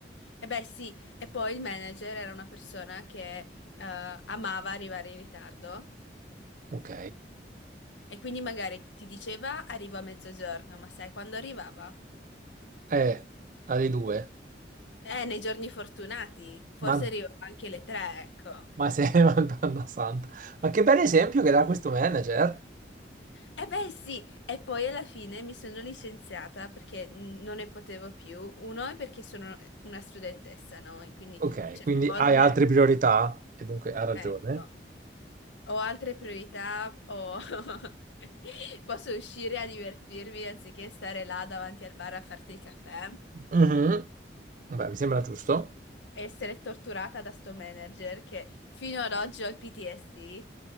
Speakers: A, on the left; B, on the right.
A: E beh, sì, e poi il manager era una persona che eh, amava arrivare in ritardo
B: Ok.
A: e quindi magari ti diceva arrivo a mezzogiorno, ma sai quando arrivava?
B: Eh, alle due.
A: Eh, nei giorni fortunati, forse
B: Ma,
A: arrivano anche le tre, ecco.
B: ma sei <laughs> Madonna santa. Ma che bel esempio che dà questo manager.
A: Eh beh sì, e poi alla fine mi sono licenziata perché mm, non ne potevo più. Uno è perché sono una studentessa, no? E quindi
B: Ok,
A: certe
B: quindi
A: volte,
B: hai altre priorità e dunque ha ragione.
A: ecco, ho altre priorità o <laughs> posso uscire a divertirmi anziché stare là davanti al bar a farti il caffè
B: Mhm. Beh, mi sembra giusto.
A: e essere torturata da sto manager che fino ad oggi ho il PTSD.